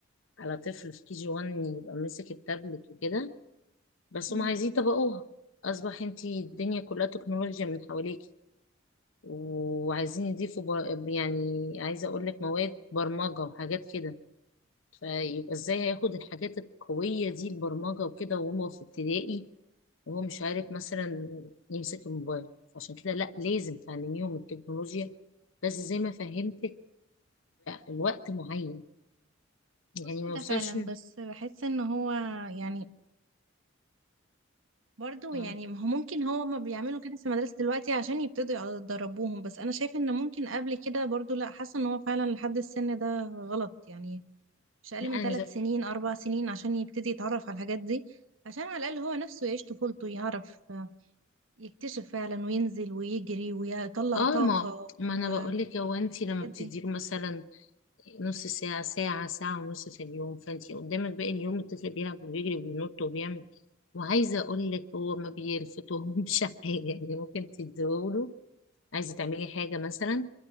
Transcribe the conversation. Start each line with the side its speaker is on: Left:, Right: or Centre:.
Left: على طفل في كي جي وان يبقى ماسك التابلت وكده بس
Right: مم.
Left: هم عايزين يطبقوها اصبح انتي الدنيا كلها تكنولوجيا من حواليك وعايزين يضيفوا بر... يعني عايزة اقول لك مواد برمجة وحاجات كده فيبقى ازاي هياخد الحاجات القوية دي البرمجة وكده وهو في ابتدائي وهو مش عارف مثلا يمسك الموبايل عشان كده لا لازم تعلميهم التكنولوجيا بس زي ما فهمتك بوقت معين يعني
Right: بصي
Left: ما يوصلش
Right: ده فعلا
Left: إن-
Right: بس بحس ان هو يعني برضو
Left: اه
Right: يعني ما هو ممكن هو ما بيعملوا كده في المدرسة دلوقتي عشان يبتدوا يدربوهم بس أنا شايفة إن ممكن قبل كده برضو لأ حاسة إن هو فعلا لحد السن ده غلط يعني مش أقل
Left: لا
Right: من
Left: انا
Right: ثلاث
Left: زي...
Right: سنين أربع سنين عشان يبتدي يتعرف على الحاجات دي عشان على الأقل هو نفسه يعيش طفولته يعرف يكتشف فعلا وينزل ويجري ويطلع
Left: اه
Right: طاقة
Left: ما ما
Right: والحاجات
Left: انا بقول لك هو انت لما بتديله
Right: دي
Left: مثلا نص ساعة ساعة ساعة ونص في اليوم فانتي قدامك باقي اليوم الطفل بيلعب وبيجري وبينط وبيعمل وعايزة اقول لك هو ما بيلفتهمش <laughs> حاجة يعني ممكن تديهوله عايزة تعملي حاجة مثلا